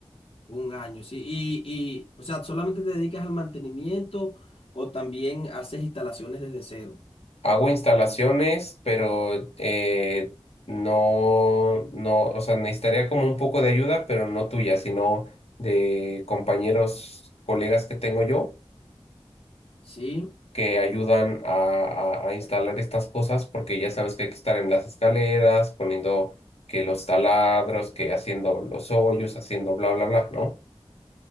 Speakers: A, on the left (about 65°); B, on the left (about 80°).
A: Un año, sí. Y, y, o sea, ¿solamente te dedicas al mantenimiento o también haces instalaciones desde cero?
B: Hago instalaciones, pero eh, no, no, o sea, necesitaría como un poco de ayuda, pero no tuya, sino de compañeros, colegas que tengo yo
A: Sí.
B: que ayudan a, a- a instalar estas cosas, porque ya sabes que hay que estar en las escaleras, poniendo que los taladros, que haciendo los hoyos, haciendo bla, bla, bla, ¿no?